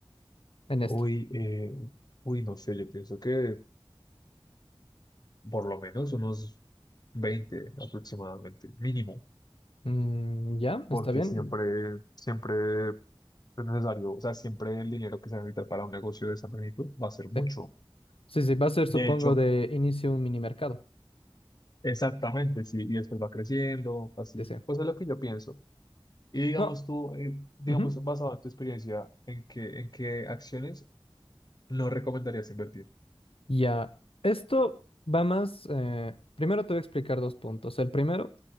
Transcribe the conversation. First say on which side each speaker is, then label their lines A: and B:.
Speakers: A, on the left; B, on the left.
A: en esto?
B: Uy, eh, uy, no sé, yo pienso que por lo menos unos 20 aproximadamente, mínimo,
A: Mm, ¿ya?
B: porque
A: ¿Está bien?
B: siempre, siempre es necesario, o sea, siempre el dinero que se necesita para un negocio de esa magnitud va a ser mucho.
A: Sí. Sí, sí, va a ser,
B: De
A: supongo,
B: hecho,
A: de inicio un mini mercado.
B: exactamente, sí, y después va creciendo, así.
A: Sí, sí.
B: Pues es lo que yo pienso. Y digamos
A: No,
B: tú, eh, digamos,
A: Ujú.
B: basado en tu experiencia, ¿en qué, en qué acciones no recomendarías invertir?
A: Ya, esto va más, eh, primero te voy a explicar dos puntos. El primero,